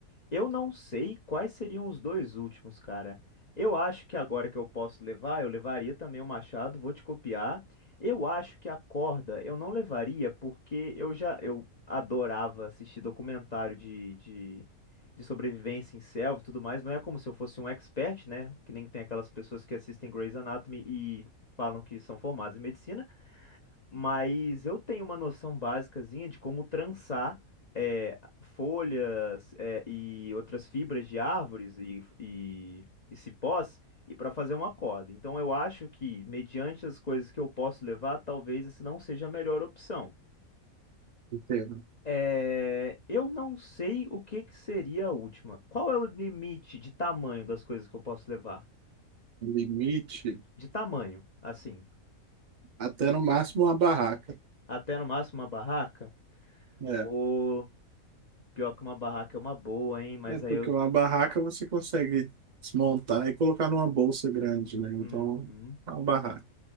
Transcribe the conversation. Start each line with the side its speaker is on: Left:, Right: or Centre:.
Left: Eu não sei quais seriam os dois últimos, cara. Eu acho que agora que eu posso levar, eu levaria também o machado, vou te copiar. Eu acho que a corda eu não levaria porque eu já eu adorava assistir documentário de, de, de sobrevivência em selva e tudo mais. Não é como se eu fosse um expert, né? Que nem tem aquelas pessoas que assistem Grey's Anatomy e falam que são formadas em medicina mas eu tenho uma noção básicazinha de como trançar é, folhas é, e outras fibras de árvores e, e, e cipós e para fazer uma corda. Então eu acho que, mediante as coisas que eu posso levar, talvez essa não seja a melhor opção.
Right: Entendo.
Left: É, eu não sei o que que seria a última. Qual é o limite de tamanho das coisas que eu posso levar?
Right: Limite,
Left: De tamanho, assim,
Right: até no máximo uma barraca.
Left: até no máximo uma barraca?
Right: É,
Left: Pô, pior que uma barraca é uma boa, hein? Mas
Right: é porque
Left: aí eu
Right: uma barraca você consegue desmontar e colocar numa bolsa grande, né? Então,
Left: Uhum.
Right: é uma barraca.